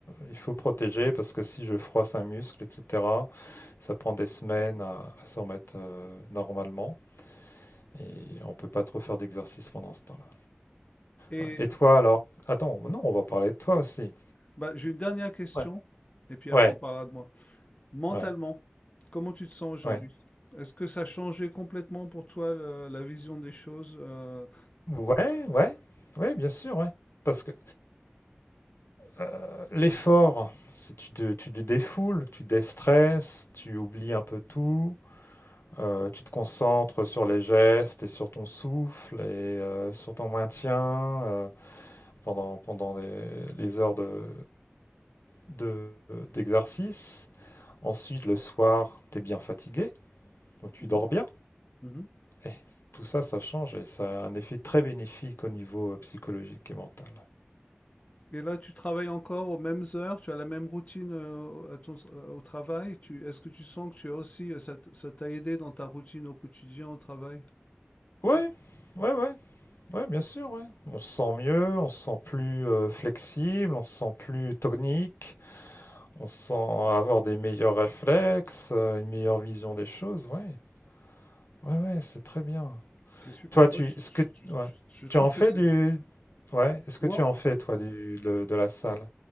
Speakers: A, on the left; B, on the left.
A: il faut protéger parce que si je froisse un muscle, etc. Ça prend des semaines à, à s'en remettre euh, normalement et
B: Mmh
A: on peut pas trop faire d'exercice pendant ce temps-là.
B: et
A: Ouais. Et toi alors? Attends, non, on va parler de toi aussi.
B: bah, j'ai une dernière question
A: Ouais,
B: et puis après
A: ouais,
B: on parlera de moi. Mentalement,
A: ouais,
B: comment tu te sens aujourd'hui?
A: ouais.
B: Est-ce que ça a changé complètement pour toi le la vision des choses, heu?
A: Ouais, ouais, ouais, bien sûr, ouais. Parce que euh, l'effort, c'est tu te, tu te défoules, tu déstresses, tu oublies un peu tout, euh, tu te concentres sur les gestes et sur ton souffle et euh, sur ton maintien euh, pendant, pendant les, les heures de, de d'exercice. Ensuite, le soir, tu es bien fatigué, donc tu
B: Mmh
A: dors
B: mh.
A: bien.
B: Mmh
A: Et tout ça, ça change et ça a un effet très bénéfique au niveau euh, psychologique et mental.
B: Et là, tu travailles encore aux mêmes heures, tu as la même routine euh, à ton, euh, au travail. Tu, est-ce que tu sens que tu as aussi, euh, ça, t- ça t'a aidé dans ta routine au quotidien au travail?
A: Ouais, ouais, ouais, ouais, bien sûr, ouais. On se sent mieux, on se sent plus euh, flexible, on se sent plus tonique, on se sent avoir des meilleurs réflexes, euh, une meilleure vision des choses, ouais. Ouais, ouais, c'est très bien.
B: C'est super.
A: Toi, tu,
B: Moi, je,
A: ce
B: je-
A: que,
B: je-
A: ouais.
B: je- je trouve
A: tu en fais
B: que c'est.
A: du, ouais, est-ce que
B: Moi,
A: tu
B: en
A: en fais, toi, du, de, de la salle?